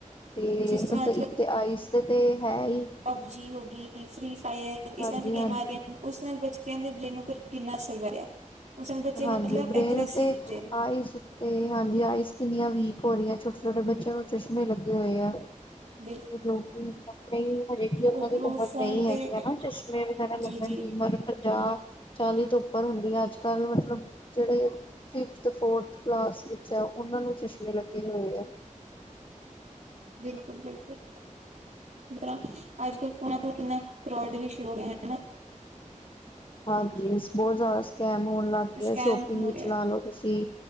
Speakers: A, on the left; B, on the right.
A: ਤੇ
B: ਜਿਸ
A: ਮਤਲਬ
B: ਤਰ੍ਹਾਂ
A: ਇੱਕ ਤੇ ਆਈਸ ਤੇ ਤੇ ਹੈ ਈ
B: ਪੱਬਜੀ ਹੋ ਗਈ, ਫ੍ਰੀ ਫਾਇਰ ਇਸ
A: ਹਾਂਜੀ-ਹਾਂਜੀ,
B: ਤਰ੍ਹਾਂ ਦੀਆਂ ਗੇਮਾਂ ਆ ਗਈਆਂ ਉਸ ਨਾਲ਼ ਬੱਚਿਆਂ ਦੇ ਬ੍ਰੇਨ ਉੱਪਰ ਕਿੰਨਾ ਅਸਰ ਪੈ ਰਿਹਾ। ਉਸ ਨਾਲ ਬੱਚੇ ਮਤਲਬ
A: ਹਾਂਜੀ ਬ੍ਰੇਨ
B: ਐਗਰੈਸਿਵ
A: ਉੱਤੇ,
B: ਹੋ ਰਹੇ ਨੇ।
A: ਆਈਸ ਤੇ ਹਾਂਜੀ ਆਈਸ ਕਿੰਨੀਆਂ ਵੀਕ ਹੋ ਰਹੀਆਂ, ਛੋਟੇ- ਛੋਟੇ ਬੱਚਿਆਂ ਨੂੰ ਚਸ਼ਮੇ ਲੱਗੇ ਹੋਏ ਆ
B: ਬਿਲ
A: ਤੇ ਲੋਕੀ ਆਪਣੀ ਹਜੇ ਵੀ ਉਹਨਾਂ
B: ਉਪਰੋਂ
A: ਦੀ ਉਮਰ
B: ਫੋਨ
A: ਨਹੀਂ
B: ਤੇ
A: ਹੈਗੀ ਹੈ ਨਾ ਚਸ਼ਮੇ ਵਗੈਰਾ
B: ਜੀ
A: ਲੱਗਣ
B: ਜੀ
A: ਦੀ ਉਮਰ ਪੰਜਾਹ ਚਾਲੀ ਤੋਂ ਉੱਪਰ ਹੁੰਦੀ ਆ ਅੱਜ- ਕੱਲ ਮਤਲਬ ਜੇੜੇ ਫਿਫਥ, ਫੋਰਥ ਕਲਾਸ ਵਿੱਚ ਐ, ਉਹਨਾਂ ਨੂੰ ਚਸ਼ਮੇ ਲੱਗੇ ਹੋਏ ਆ।
B: ਬਿਲਕੁਲ ਬਿਲਕੁਲ। ਕਿੰਨਾ, ਅੱਜ- ਕੱਲ ਫ਼ੋਨਾਂ ਤੋਂ ਕਿੰਨਾ ਫਰੋਡ ਵੀ ਸ਼ੁਰੂ ਹੋ ਗਿਆ, ਹੈਨਾ
A: ਹਾਂਜੀ ਬਹੁਤ ਜ਼ਿਆਦਾ ਸਕੈਮ ਹੋਣ ਲੱਗ
B: ਸਕੈਮ
A: ਗਏ, ਸ਼ੋਪਿੰਗ
B: ਹੋ
A: ਵਿੱਚ
B: ਰਿਹਾ
A: ਲਾ ਲੋ ਤੁਸੀਂ